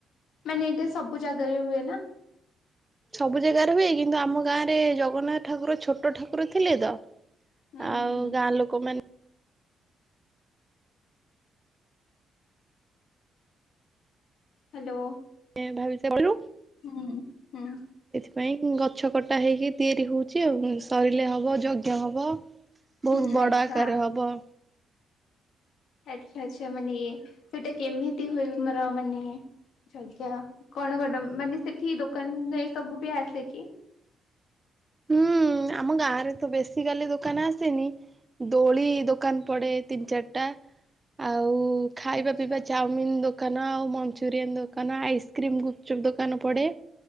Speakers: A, on the left; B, on the right.
A: ମାନେ ଏଇଟା ସବୁ ଜାଗାରେ ହୁଏ ନା?
B: ସବୁ ଜାଗାରେ ହୁଏଇ କିନ୍ତୁ ଆମ ଗାଁ ରେ ଜଗନ୍ନାଥ ଠାକୁର ଛୋଟ ଠାକୁର ଥିଲେ ତ
A: ହୁଁ
B: ଆଉ
A: ହୁଁ ହୁଁ।
B: ଗାଁ ଲୋକ ମାନେ
A: ହାଲୋ।
B: ଏଇଆ ଭାବି ସେ ବବୁଲୁ।
A: ହୁଁ ହୁଁ ।
B: ପାଇଁ ଗଛ କଟା ହେଇକି ତିଆରି ହଉଛି ଆଉ ସଇଲେ ହବ ଯଜ୍ଞ ହବ ବହୁତ
A: ହୁଁ
B: ବଡ
A: ଆଚ୍ଛା।
B: ଆକାରରେ ହବ।
A: ଆଚ୍ଛା ଆଚ୍ଛା ମାନେ ସେଟା କେମିତି ହୁଏ ବି ମୋର ମାନେ ଯଜ୍ଞ କଣ କଣ ମାନେ ସେଠି ଦୋକାନ ଏ ସବୁ ବି ଆସେ କି?
B: ହୁଁ ଆମ ଗାଁ ରେ ତ ବେଶୀ କାଲି ଦୋକାନ ଆସେନି ଦୋଳି ଦୋ ଦୋକାନ ପଡେ ତିନି ଚାରିଟା ଆଉ ଖାଇବା
A: ଆଚ୍ଛା
B: ପିଇବା ଚାଉମିନ୍ ଦୋକ ଦୋକାନ ଆଉ ମଞ୍ଚୁରୀୟାନ୍ ଦୋକାନ ଆଇସକ୍ରିମ୍ ଗୁପ୍ ଚୁପ୍ ଦୋକାନ ପଡେ